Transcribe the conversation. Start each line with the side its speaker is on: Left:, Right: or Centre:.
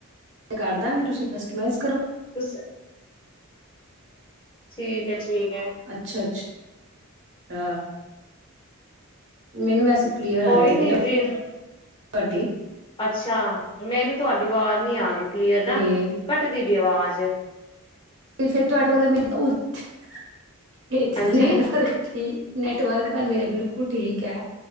Right: ਕਰਦਾਂ ਗੀ ਤੁਸੀਂ ਕਸਟਮਾੲਜ਼
Left: ਤੁੱਸ ਠੀਕ ਏ ਠੀਕ। ਹੈ
Right: ਅੱਛਾ-ਅੱਛਾ। ਤ ਮੈਨੂੰ ਵੈਸੇ ਆਂਦੀ
Left: ਕੋਈ ਨੀ
Right: ਵੀ
Left: ਜੀ
Right: ਤੁਹਾਡੀ
Left: ਅੱਛਾ ਮੈਨੂੰ ਤੁਹਾਡੀ ਆਵਾਜ਼ ਨਹੀਂ ਆ ਰਹੀ। ਕਲੀਅਰ ਨਾ
Right: ਤੇ
Left: ਘੱਟਦੀ ਦੀ ਆਵਾਜ਼।
Right: ਤੇ ਫਿਰ ਤੁਹਾਡੇ ਕੋਲ ਮੇ <unintelligible> <unintelligible> ਇੱਥੇ
Left: ਹਾਂਜੀ
Right: ਤਾ ਨੇਟਵਰਕ ਹੀ। ਨੈਟਵਰਕ ਇਕ ਗੱਲ ਮੇਰੇ ਬਿਲਕੁਲ ਠੀਕ ਏ।